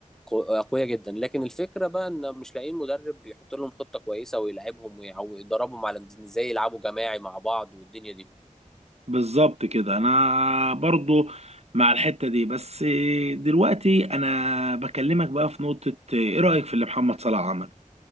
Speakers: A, in the centre; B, on the right.
A: قو- آه، قويه جدا لكن الفكره بقى ان مش لاقيين مدرب يحط لهم خطه كويسه ويلعبهم ويعو- ويدربهم على إن ازاي يلعبوا جماعي مع بعض والدنيا دي
B: بالظبط كده انا برضو مع الحته دي بس دلوقتي انا بكلمك بقى في نقطه ايه رايك في اللي محمد صلاح عمل